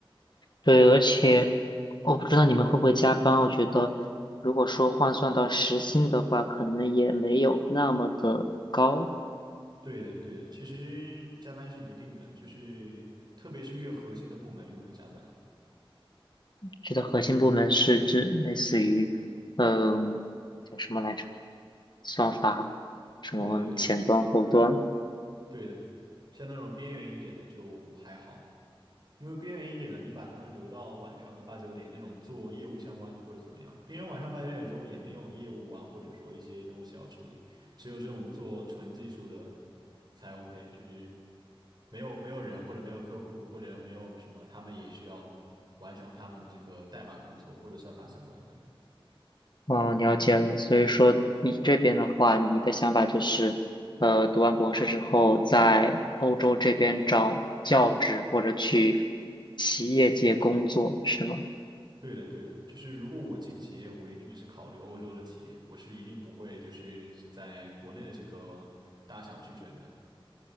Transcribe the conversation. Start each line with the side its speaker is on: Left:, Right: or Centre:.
Left: 对，而且我不知道你们会不会加班。我觉得，如果说换算到时薪的话，可能也没有那么的高。
Right: 对的，对的，其实加班是一定的，就是特别是越核心的部门越会加班。
Left: 觉得核心部门是指类似于，嗯，叫什么来着？算法，什么前端、
Right: 对对对，
Left: 后端？
Right: 对的，像那种边缘一点的就还好，因为边缘一点的，你把他们留到晚上个八九点，那种做业务相关的或者怎么样，别人晚上八九点钟也没有业务啊，或者说一些东西要处理，只有这种做纯技术的才 OK，就是没有没有人或者没有客户或者没有什么，他们也需要完成他们的这个代码工作或者算法相关的。
Left: 哦，了解了。所以说，你这边的话，你的想法就是，呃，读完博士之后，在欧洲这边找教职或者去企业界工作，是吗？
Right: 对的，对的，就是如果我进企业，我一定是考虑欧洲的企业，我是一定不会就是在国内的这个大厂去卷的。